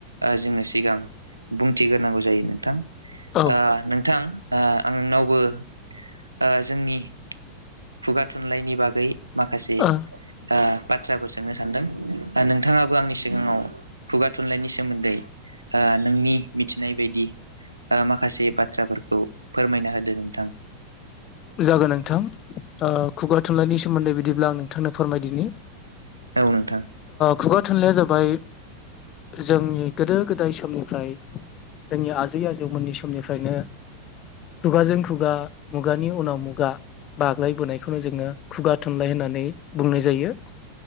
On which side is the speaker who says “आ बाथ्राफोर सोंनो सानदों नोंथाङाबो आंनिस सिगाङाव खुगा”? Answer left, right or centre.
Right